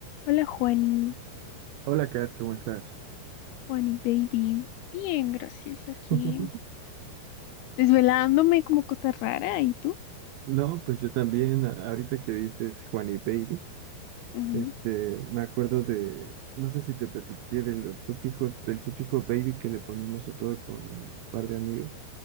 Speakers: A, on the left; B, on the right.
A: Hola Juani,
B: Hola, Kat, ¿cómo estás?
A: Juani baby. Bien, gracias
B: <laughs>
A: aquí. Desvelándome como cosa rara, ¿y tú?
B: No, pues yo también, a- ahorita que dices Juan y Baby,
A: Ujú.
B: este, me acuerdo de, no sé si te platiqué de los sufijos, del sufijo baby que le poníamos a todo con un par de amigos.